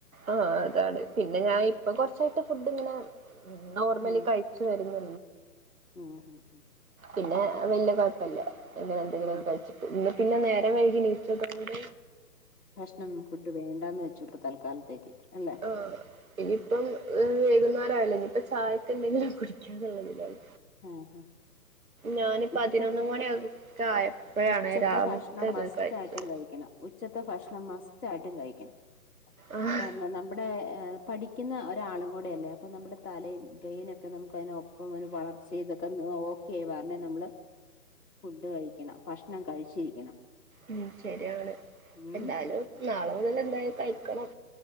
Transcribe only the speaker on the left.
ഉം
<unintelligible>
ഉം ഉം
ഭക്ഷണം ഫുഡ് വേണ്ടാന്ന് വെച്ചു ഇപ്പൊ തൽക്കാലത്തേക്ക് അല്ലെ
ആഹ ഹ
ഉച്ച
ഉച്ചത്തെ
ഭക്ഷണം
മസ്റ്റ്
ആയിട്ടും കഴിക്കണം ഉച്ചത്തെ ഭക്ഷണം മസ്റ്റ് ആയിട്ടും കഴിക്കണം
കാരണം നമ്മുടെ ഏ പഠിക്കുന്ന ഒരാളും കൂടെയല്ലേ അപ്പൊ നമ്മുടെ തലയും ബ്രെയിനൊക്കെ നമുക്ക് അയ്ന് ഒപ്പം വളർ തൊക്കെ ഓക്കെയി വരണെ നമ്മള് ഫുഡ് കഴിക്കണം ഭക്ഷണം കഴിച്ചിരിക്കണം
ഉം